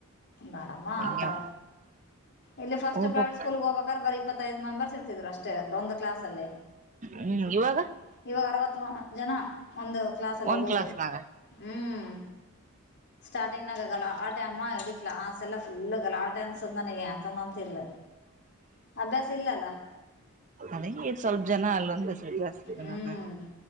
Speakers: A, on the left; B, on the right.
A: ಬ್ಯಾಡಮ್ಮ
B: ಹಂಗೆ
A: ಅಂತಾಳ ಇಲ್ಲಿ ಫಸ್ಟ್
B: ಹೋಗ್ಬಕ್
A: ಪ್ರೈವೇಟ್ ಸ್ಕೂಲ್ ಗೆ ಹೋಗಬೇಕ್ರ ಬರ ಇಪ್ಪತ್ತೈದು ಮೆಂಬರ್ಸ್ ಇರ್ತಿದರು ಅಷ್ಟೇ ಒಂದು ಕ್ಲಸ್ ಅಲ್ಲಿ
B: ಹ್ಮ್ ಇವಾಗ
A: ಇವಾಗ ಅರವತ್ ಜನ ಒಂದು ಕ್ಲಾಸ್ ಲಿ
B: ಒಂದ್
A: ಹುಡುಗರು
B: ಕ್ಲಾಸ್ನಾಗ
A: ಹ್ಮ್ ಸ್ಟಾರ್ಟಿಂಗ್ನ ಗಲಾಟೆ ಅಮ್ಮ ಇಡಿ ಕ್ಲಾಸೆಲ್ಲ ಫುಲ್ ಗಲಾಟ <unintelligible> ಅನ್ಸತ್ ನನಗೆ ಅಂತಂದಂತ ಇಲ್ ಅಭ್ಯಾಸ ಇಲ್ಲಲ್ಲ
B: ಅದ ಈ ಸ್ವಲ್ಪ ಜನ ಅಲ್ಲೊಂದು ಜಾಸ್ತಿ ಇದನಲ್ಲ
A: ಹ್ಮ್